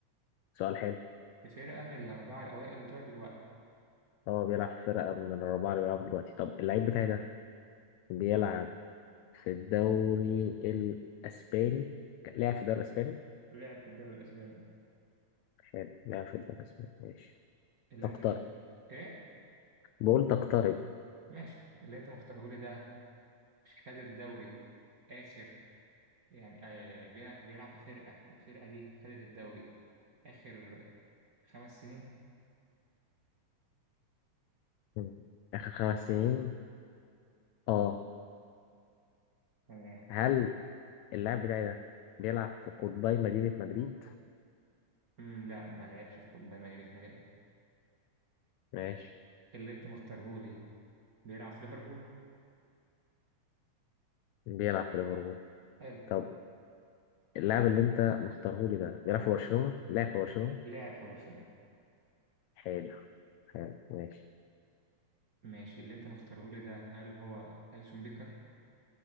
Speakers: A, on the left; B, on the right.
A: سؤال حلو
B: في فرقة من الأربعة الأوائل بتوع دلوقتي
A: هو بيلعب في فرقة من الرابعة اللي بيلعب دلوقتي طب اللعيب بتاعي ده بيلعب في الدوري الإسباني لعب في الدوري الإسباني؟
B: لعب في الدوري الأسباني
A: حلو لعب في الدوري الإسباني ماشي
B: اللي
A: تقترب
B: أنت إيه؟
A: بقول تقترب
B: ماشي اللي أنت مختاره لي ده خد الدوري آخر يعني آه بيلع- بيلعب في فرقة الفرقة دي خدت الدوري آخر خمس سنين
A: مم. آخر خمس سنين آه
B: تمام
A: هل اللاعب بتاعي ده بيلعب في قطبي مدينة مدريد
B: أمم، لا ما لعبش في كوبا مدريد ما لعب
A: ماشي
B: اللي أنت مختاره لي بيلعب في ليفربول
A: بيلعب في ليفربول
B: حلو
A: طب اللاعب اللي انت مختاره لي ده بيلعب في برشلونة لعب في برشلونة
B: لعب في برشلونة
A: حلو حلو ماشي
B: ماشي اللي انت مختاره لي ده هل هو أليسون بيكر؟